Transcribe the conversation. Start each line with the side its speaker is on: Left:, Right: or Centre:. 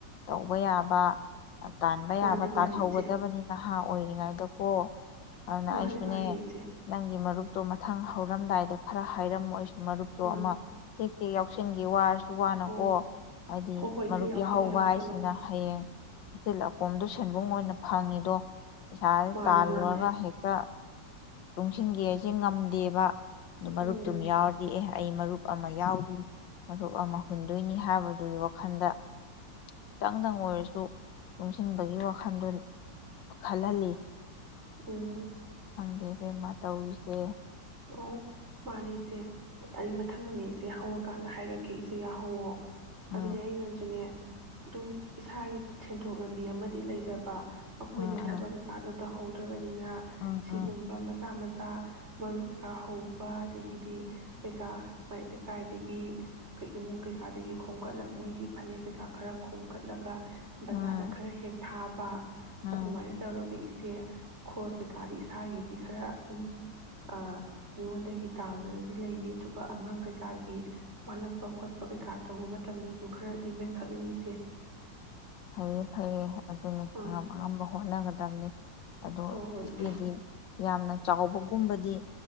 Left: ꯇꯧꯕ ꯌꯥꯕ ꯇꯥꯟꯕ
Right: ꯃꯥꯅꯦ
Left: ꯌꯥꯕ
Right: ꯃꯥꯅꯦ
Left: ꯇꯥꯜꯍꯧꯒꯗꯕꯅꯤꯅ
Right: ꯏꯆꯦ
Left: ꯑ ꯑꯣꯏꯔꯤꯉꯥꯏꯗ ꯀꯣ ꯑꯗꯨꯅ
Right: ꯃꯥꯅꯦ
Left: ꯑꯩꯁꯨꯅꯦ
Right: ꯃꯥꯅꯦ ꯏꯆꯦ
Left: ꯅꯪꯒꯤ ꯃꯔꯨꯞ ꯇꯣ ꯃꯊꯪ ꯍꯧꯔꯝꯗꯥꯏꯗ ꯈꯔ ꯍꯥꯏꯔꯝꯃꯣꯏ ꯃꯔꯛꯇꯨ
Right: ꯎꯝ
Left: ꯑꯃ ꯊ ꯁꯤꯡꯒꯤ ꯋꯥꯔ ꯇꯨ ꯋꯥꯅꯀꯣ
Right: ꯑꯣ
Left: ꯍꯥꯏꯗꯤ
Right: ꯍꯣꯏ ꯍꯣꯏ ꯏꯆꯦ
Left: ꯃꯔꯨꯞ
Right: ꯌꯥꯎꯁꯜꯂꯣ
Left: ꯌꯥꯎꯍꯧꯕ
Right: ꯌꯥꯎꯁꯜꯂꯣ
Left: ꯍꯥꯏꯁꯤꯅ ꯍꯌꯦꯡ ꯑꯁꯤꯆꯤꯜꯂꯀꯣꯝꯗꯣ ꯁꯦꯟꯕꯨꯡ ꯑꯣꯏꯅ ꯐꯪꯉꯤꯗꯣ ꯄꯩꯁꯥꯥꯁ
Right: ꯃꯥꯅꯦ
Left: ꯇꯥꯜꯂꯨꯔꯒ
Right: ꯃꯥꯅꯦ
Left: ꯍꯦꯛꯇ ꯇꯨꯡꯁꯤꯟꯒꯦꯁꯦ ꯉꯝꯗꯦꯕ ꯑꯗꯨ ꯃꯔꯨꯞꯇꯝ
Right: ꯎꯝ
Left: ꯌꯥꯎꯔꯗꯤ ꯑꯦ ꯑꯩ ꯃꯔꯨꯞ ꯑꯃ ꯌꯥꯎꯔꯤ ꯃꯔꯨꯞ ꯑꯃ ꯍꯨꯟꯗꯣꯏꯅꯤ ꯍꯥꯏꯕꯗꯨꯒꯤ ꯋꯥꯈꯜꯗ ꯈꯤꯇꯪꯗꯪ ꯑꯣꯏꯔꯁꯨ ꯄꯨꯨꯡꯁꯤꯟꯕꯒꯤ ꯋꯥꯈꯜꯗ ꯈꯜꯍꯜꯂꯤ
Right: ꯎꯝ
Left: ꯑꯗ ꯑꯃ ꯇꯧꯔꯤꯁꯦ
Right: ꯑ ꯃꯥꯅꯦ ꯏꯆꯦ ꯑꯩ ꯃꯊꯪꯗꯅꯦ ꯏꯆꯦ ꯍꯧꯔꯀꯥꯟꯗ ꯍꯥꯏꯔꯛꯀꯦ ꯏꯆꯦ ꯌꯥꯍꯧꯋꯣ
Left: ꯎꯝ
Right: ꯑꯗꯨꯅꯦ ꯑꯩ ꯅꯟꯁꯨꯨꯅꯦ ꯑꯗꯨꯝ ꯏꯁꯥꯒꯤ ꯁꯦꯟꯊꯣꯛ ꯂꯝꯕꯤ ꯑꯃꯗꯤ ꯂꯩꯖꯕ ꯑꯩꯈꯣꯏꯅ
Left: ꯎꯝ ꯎꯝ
Right: ꯊꯕꯛ ꯀꯩꯀꯥꯗ ꯇꯧꯍꯧꯗ꯭ꯔꯕꯅꯤꯅ
Left: ꯎꯝ
Right: ꯁꯤꯒꯨꯝꯕ
Left: ꯎꯝ
Right: ꯃꯆꯥ ꯃꯆꯥ ꯃꯔꯨ ꯀꯩꯀꯥ ꯍꯧꯕ ꯑꯗꯒꯤꯗꯤ ꯀꯩꯀꯥ ꯂꯩꯀꯥꯏꯗꯒꯤ ꯏꯃꯨꯡ ꯀꯩꯀꯥꯗꯒꯤ ꯈꯣꯝꯀꯠꯂ ꯃꯣꯏꯒꯤ ꯐꯅꯦꯛ ꯀꯩꯀꯥ ꯈꯔ ꯈꯣꯝꯒꯠꯂꯒ ꯕꯖꯥꯔꯗ
Left: ꯎꯝ
Right: ꯈꯔ ꯍꯦꯛ ꯊꯥꯕ ꯄ
Left: ꯎꯝ
Right: ꯑꯗꯨꯃꯥꯏꯅ ꯇꯧꯔꯒ ꯁꯦ ꯈꯣꯁ ꯀꯩꯀꯥꯗꯤ ꯏꯁꯥꯒꯤꯗꯤ ꯈꯔ ꯑꯗꯨꯝ ꯑ ꯃꯤꯉꯣꯟꯗꯒꯤ ꯇꯥꯡꯗꯅꯗꯤ ꯂꯩꯔꯤ ꯑꯗꯨꯒ ꯑꯉꯥꯡ ꯀꯩꯀꯥꯒꯤ ꯋꯥꯠꯂꯛꯄ ꯈꯣꯠꯄ ꯀꯩꯀꯥ ꯇꯧꯕ ꯃꯇꯝꯗꯁꯨ ꯈꯔꯗꯤ ꯃꯦꯟꯈꯠꯂꯤꯅꯤ ꯏꯆꯦ
Left: ꯍ ꯐꯔ ꯑꯗꯨꯅꯤ
Right: ꯑꯥ
Left: ꯑꯉꯝ ꯑꯉꯝꯕ ꯍꯣꯠꯅꯒꯗꯕꯅꯤ ꯑꯗꯣ
Right: ꯍꯣꯏ ꯍꯣꯏ
Left: ꯏꯆꯦꯗꯤ
Right: ꯏꯆꯦ
Left: ꯌꯥꯝꯅ ꯆꯥꯎꯕꯒꯨꯝꯕꯗꯤ